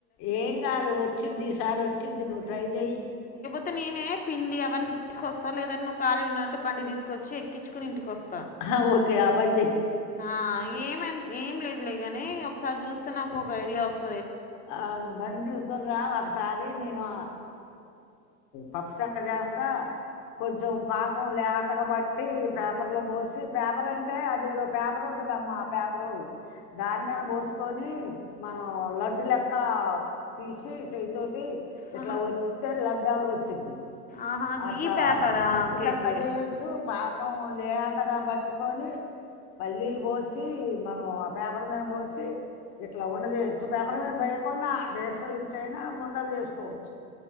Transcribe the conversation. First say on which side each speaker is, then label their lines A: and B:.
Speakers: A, on the left; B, on the left.
A: ఏం గాదు ఒచ్చిద్ది ఈసారి ఒచ్చిద్ది నువ్ ట్రై జేయ్
B: త్తే నేనె పిండి అవన్ తీస్కొస్త లేదన్ నువ్వుఖాలీగున్నవ్ అంటె బండి తీస్కోచ్చి ఎక్కిచుకుని ఇంటికోస్త
A: హా ఓకే అప్పంజయ్
B: ఆ ఏమైం ఏం లేదు లేగని ఒక్సారి జూస్తే నాకోక ఐడియా ఒస్
A: ఔను బండి తీస్కోని రా ఒక్సారి నేనూ పప్పుచెక్క జేస్తా కొంచెం పాకం లేతగ బట్టీ పేపర్లో బోసి పేపర్ అంటే అదేదో పేపర్ ఉంటదమ్మా పేపరు దాన్ మీన బోస్కొని మనం లడ్డు లె క్కా తీసి చేయ్తోటి ఇట్ల
B: ఆ,
A: ఒత్తుతే లడ్డాల్గ ఒచ్చిద్ది
B: ఆహా
A: అట్లా
B: గీ పేపరా
A: పప్పు
B: ఓకే
A: చెక్క
B: ఓకే
A: జేయచ్చు పాకం లేతగా బట్టుకొని పల్లీల్ బోసి మనం ఆ పేపర్ మీన బోసి ఇట్లా ఉండ జేయచ్చు పేపర్ మీన కున్నా డీక్షలుంచైనా ఉండలు జేస్కోవచ్చు